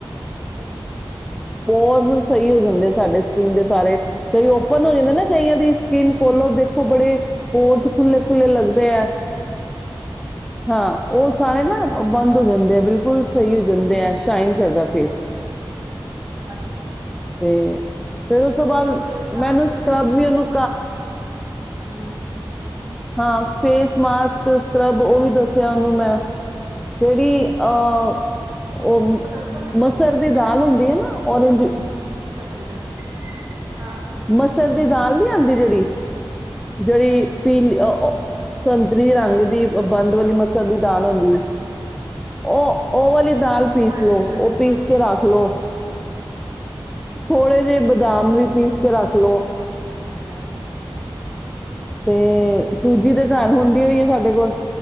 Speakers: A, on the right; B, in the centre.
A: ਅ
B: ਹੋਰਸ ਸਹੀ ਹੋ ਜਾਂਦੇ ਸਾਡੇ ਸਕੀਨ ਦੇ ਸਾਰੇ ਕਈ
A: ਅੱਛਾ
B: ਓਪਨ ਹੋ ਜਾਂਦੇ ਨੇ ਕਾਇਆ ਦੀ ਸਕੀਨ ਖੋਲੋ ਦੇਖੋ ਬੜੇ ਬੋਤ ਖੁੱਲ੍ਹੇ ਖੁੱਲ੍ਹੇ ਲੱਗਦੇ ਹੈ ਹਾਂ ਉਹ ਸਾਰੇ
A: ਹਾਂ
B: ਨਾ
A: ਹਾਂ ਹਾਂ
B: ਬੰਦ ਹੋ ਜਾਂਦੇ ਆ ਬਿਲਕੁਲ ਸਹੀ ਹੋ ਜਾਂਦੇ ਆ ਸ਼ਾਈਨ ਕਰਦਾ ਫੇਸ
A: ਅੱ
B: ਤੇ ਫੇਿਰ ਉਸ ਤੋਂ ਬਾਅਦ
A: ਫੇਸ ਮਾਸਕ
B: ਮੈਨੂੰ ਸਕ੍ਰਬ ਵੀ ਉਹਨੂੰ
A: ਹਮ
B: ਹਾਂ ਫੇਸ ਮਾਸਕ ਸਕਰੱਬ ਉਹ ਵੀ ਦੱਸਿਆ ਉਹਨੂੰ ਮੈਂ ਜਿਹੜੀ ਅਹ ਉਹ
A: ਦੱਸੋ ਮੈਨੂੰ
B: ਮਸਰ
A: ਵੀ ਸਕ੍ਰਬ
B: ਦੀ ਦਾਲ
A: ਵਿੱਚ
B: ਹੁੰਦੀ
A: ਕੀ
B: ਹੈ ਨਾ ਔਰੇਜ
A: ਕੀ ਕਰਦੇ ਆ
B: ਮਸਰ ਦੀ ਦਾਲ ਨਹੀਂੀ ਆਉਂਦੀ ਜਿਹੜੀ ਜਿਹੜੀ ਪੀਲੀ ਸੰਤਰੀ ਰੰਗ ਦੀ ਬੰਦ ਵਾਲੀ ਮਛਰ ਦੀ ਦਾਲ ਹੁੰਦੀ ਹੈ ਉਹ ਉਹ ਦਾਲ ਪੀਸ
A: ਹਾਂਜੀ
B: ਲੋ
A: ਹਾਂਜੀ
B: ਉਹ ਪੀਸ ਕੇ ਰੱਖ ਲੋ ਹੋਲੇ ਬਦਾਮ
A: ਠੀਕ
B: ਵੀ ਪੀਸ ਰੱਖ ਲਓ
A: ਠੀਕ ਹੈ
B: ਤੇ ਸੂਜੀ ਦੇ ਘਰ ਹੁੰਦੀ ਹੋਈ ਹੈ ਸਾਡੇ ਕੋਲ